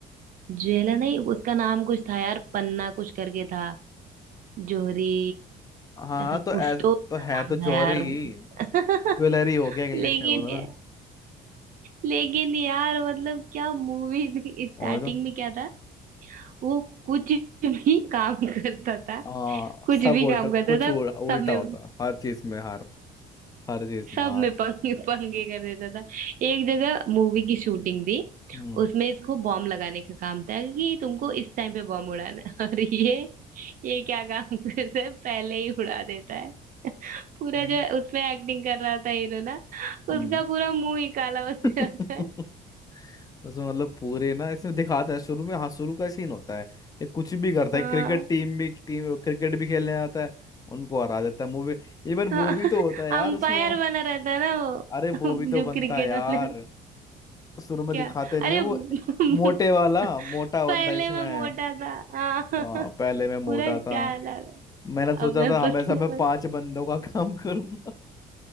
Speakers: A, on the right (about 50°); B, on the left (about 20°).
A: ज्वेला नहीं उसका नाम कुछ था यार पन्ना कुछ करके था जोहरी
B: हाँ
A: ऐसा
B: तो
A: कुछ
B: ऐस
A: तो उसका
B: तो है
A: नाम
B: तो जौहरी
A: था यार
B: ही
A: <laughs>
B: ज्वेलरी हो गया इंग्लिश
A: लेकिन
B: में बोलो
A: ये-
B: ना
A: लेकिन यार मतलब क्या मूवी थी स्टार्टिंग
B: और तो
A: में क्या था वो कुछ भी काम <laughs> करता था
B: हाँ
A: कुछ
B: सब
A: भी
B: उल्टा
A: काम करता
B: कुछ
A: था
B: उल- उल्टा
A: सब में
B: होता है हर चीज में हार हर चीज में
A: सब
B: हार
A: में पंगे पंगे कर देता था एक जगह मूवी की शूटिंग थी
B: हम्म
A: उसमें इसको बॉम्ब लगाने का काम था कि तुमको इस टाइम पे बॉम्ब उड़ाना है <laughs> और ये ये क्या काम करता है पहले ही उड़ा देता है <laughs> पूरा
B: हम्म
A: जो उसमें एक्टिंग कर रहा था हीरो ना
B: हम्म।
A: उसका पूरा मुंह ही काला
B: <laughs>
A: हो जाता है
B: उसमें मतलब पूरे ना इसमें दिखाता है शुरू में हाँ शुरू का सीन होता है ये कुछ भी करता
A: हाँ
B: है क्रिकेट टीम भी टीम क्रिकेट भी खेलने आता है उनको हरा देता है मूवी इवन
A: हाँ
B: वो भी
A: <laughs>
B: तो होता है यार
A: अंपायर
B: उसमें वो
A: बना रहता है ना वो
B: अरे
A: <laughs>
B: वो भी
A: जो
B: तो बनता
A: क्रिकेट
B: है यार
A: वाले
B: शुरू में
A: क्या
B: दिखाते नहीं
A: अरे
B: है
A: <laughs>
B: वो मोटे वाला मोटा बनता
A: पहले
B: है जिसमें
A: मैं मोटा था हाँ
B: हाँ पहले मैं
A: पूरा
B: मोटा
A: क्या
B: था
A: अलग है
B: मैंने सोचा
A: अब मैं
B: था हमेशा
A: पतला
B: मैं
A: हूँ।
B: पांच बंदों का काम करूंगा